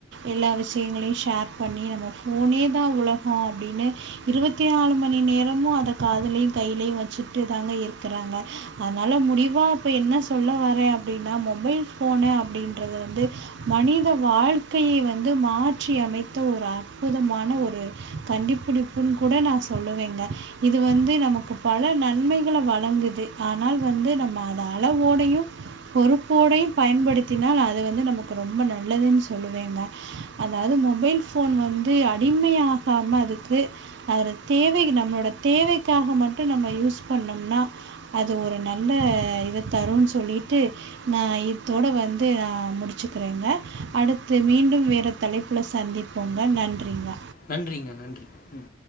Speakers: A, on the right (about 55°); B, on the left (about 40°).
A: எல்லா விஷயங்களையு ஷேர் பண்ணி நம்ம போனே தா உலகோ அப்டின்னு இருவத்தி நாலு மணி நேரமு அத காதலையு கைலயு வச்சுட்டு தாங்க இருக்குறாங்க அதனால முடிவா இப்போ என்ன சொல்ல வரேன் அப்டின்னா மொபைல் ஃபோனு அப்டின்றது வந்து மனித வாழ்க்கைய வந்து மாற்றியமைத்த ஒரு ஆள் அற்புதமான கண்டுபிடிப்புன்னு கூட நா சொல்லுவேங்க இது வந்து நமக்கு பல நன்மைகள வழங்குது ஆனால் வந்து நம்ம அத அளவோடயு பொறுப்போடையும் பயன்படுத்தினால் அது வந்து நமக்கு ரொம்ப நல்லதுன் சொல்லுவேங்க அதாவ்து மொபைல் ஃபோன் வந்து அடிமையாகாம அதுக்கு அது தேவை நம்மளோட தேவைக்காக மட்டு நம்ம யூஸ் பண்ணோம்னா அது ஒரு நல்ல இத தருன் சொல்லிட்டு நா இத்தோட வந்து அ முடிச்சுக்கிறேங்க அடுத்து மீண்டும் வேற தலைப் ப்புல சந்திப்போங்க நன்றிங்க
B: நன்றிங்க நன்றி ம்